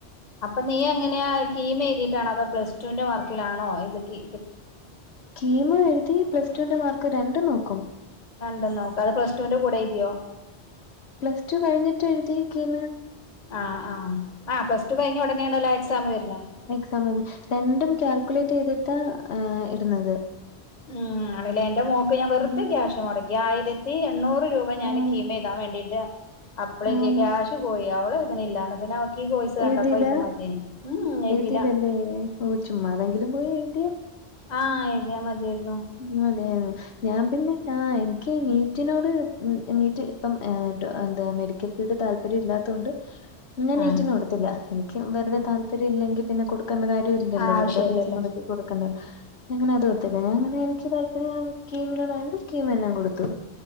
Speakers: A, on the left; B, on the left.
A: അപ്പൊ നീ എങ്ങനെയാ കീം എഴുതിട്ടാണോ അതോ പ്ലസ് ടുവിന്റെ മാർക്കിലാണോ ഇതൊക്ക്
B: കീമു എഴുതി പ്ലസ് ടു ന്റെ മാർക്ക് രണ്ടും നോക്കും
A: രണ്ട ലോ അത് പ്ലസ ടു ന്റെ കൂടെ എയ്തിയോ
B: പ്ലസ്ടു കഴിഞ്ഞ്ട്ട് എഴുതി കീന്ന്.
A: ആഹ് ആ. ആ പ്ലസ് ടു കഴിഞ്ഞു ഉടനെയണല്ലോ ആ എക്സാം വരണേ.
B: എക്സാമ്പിന്ന് രണ്ടും കാൽക്കുലേറ്റെയ്തിട്ടാ ഇടുന്നത്.
A: ഉം ആണല്ലേ എന്റെ മോക്ക് ഞാൻ വെറുതെ
B: ഉം
A: ക്യാഷ് മുടക്കി ആയിരത്തി എണ്ണൂറ് രൂപ ഞാനെ
B: ആഹ്
A: കീമെഴുതാൻ വേണ്ടീട്ട് അപ്ലൈ
B: ആഹ്
A: ചെയ്യ. ക്യാഷ് പോയി അവളെഴുതണില്ലാന്നെ പിന്നവ ക്കീ കോഴ്സ് കണ്ടപ്പ
B: എഴുതില്ല
A: ഇതുമതി ഉം ഉം എയ്തില.
B: എഴുതില്ലല്ലേ ഓഹ് ചുമ്മാതെങ്കിലും പോയി എഴുതിയ.
A: ആഹ് എഴുതിയാമതിയാർന്നു.
B: ഉം അതെയതെ ഞാൻ പിന്നെ ആഹ് എനിക്ക് നീറ്റിനോട് നീറ്റ് ഇപ്പം ഏഹ് എന്താ മെഡിക്കൽ ഫീൽഡ് താല്പര്യം ഇല്ലാത്തോണ്ട്. ന്ന് നീറ്റിന്
A: ആഹ്
B: കൊടുത്തില്ല എനിക്ക്യു വെറുതെ
A: ആഹ്
B: താല്പര്യ ഇല്ലെങ്കി പിന്നെ കൊടുക്കണ്ട കാര്യം ഇല്ലല്ലോ
A: ആഹ് ആവശ്യല്ലല്ലോ
B: വെറുതെ പൈസ മൊടക്കി. കൊടുക്കണ്ട എങ്ങനെ അത് ഒത്ത് ലേ പിന്ന എനിക്ക് താല്പര്യം കീമിനണണ്ട് കീമന്നാം കൊടുത്തു.